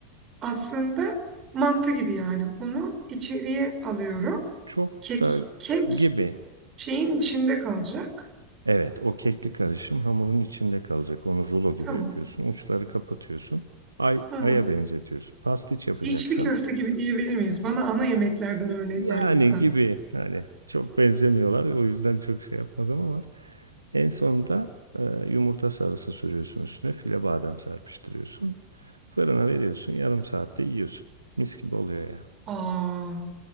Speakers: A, on the right (about 30°); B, on the right (about 80°).
A: aslında mantı gibi yani onu içeriye alıyorum.
B: Çok
A: Kek
B: da
A: kek
B: gibi.
A: şeyin içinde kalacak.
B: Evet, o kekli karışım hamurun içinde kalacak. Onu rulo gibi
A: Tamam.
B: yapıyorsun. Uçları kapatıyorsun. Ay,
A: Hı.
B: aya benzetiyorsun. Pastiç yapacaksan
A: İçli köfte gibi diyebilir miyiz? Bana ana yemeklerden
B: e,
A: örnek
B: yani
A: ver lütfen.
B: gibi hani çok benzemiyorlar. O yüzden çok şey yapmadım ama en sonunda e, yumurta sarısı sürüyorsun üstüne. File badem serpiştiriyorsun. Fırına veriyorsun. Yarım saatte yiyorsun. Mis gibi oluyor ya.
A: Aa,